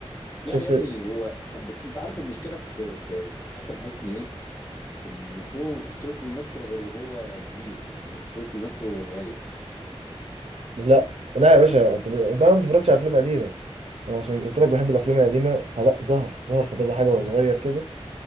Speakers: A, on the right; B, on the left.
A: شفت
B: لا يا ابني هو بس انت عارف المشكله في في في حسن حسني ايه ان هو ما شفتوش بيمثل غير وهو كبير يعني ما شفتوش بيمثل وهو صغير
A: لا لا يا باشا انت ب- ده انا ما بتفرجش على افلام قديمه أنا عشان قلت لك بحب الافلام القديمه فلا ظهر ظهر في كذا حاجه وهو صغير كده